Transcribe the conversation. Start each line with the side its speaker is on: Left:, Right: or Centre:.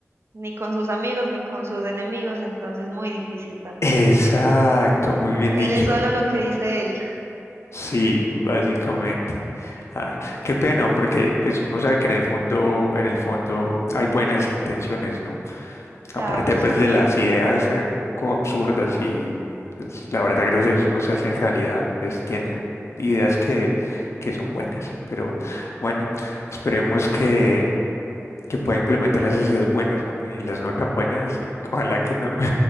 Right: ni con sus amigos ni con sus enemigos, entonces muy difícil también.
Left: Exacto, muy bien
Right: Él
Left: dicho.
Right: es solo lo que dice él.
Left: Sí, básicamente. Ah, qué pena, porque pues uno sabe que en el fondo, en el fondo hay buenas intenciones, ¿no?
Right: Claro,
Left: Aparte pues
Right: sí,
Left: de las ideas eh, un poco absurdas y pues la verdad gracias a Dios no se hacen realidad, pues tiene ideas que, que son buenas, pero bueno, esperemos que, que pueda implementar esas ideas buenas, ¿no? Y las no tan buenas, ojalá que no.